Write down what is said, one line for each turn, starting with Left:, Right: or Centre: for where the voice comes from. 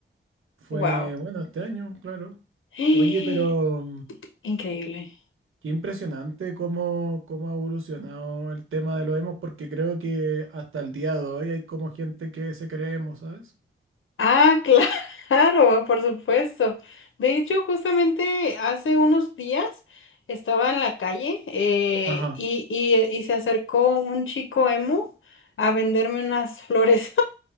Right: Fue,
Left: Wow.
Right: bueno, este año, claro.
Left: <gasps>
Right: Oye, pero...
Left: Increíble.
Right: Qué impresionante cómo, cómo ha evolucionado el tema de los emos, porque creo que hasta el día de hoy hay como gente que se cree emo, ¿sabes?
Left: Ah, cla- <laughs> claro, por supuesto. De hecho, justamente hace unos días estaba en la calle eh,
Right: Ajá,
Left: y, y- y se acercó un chico emo a venderme unas flores.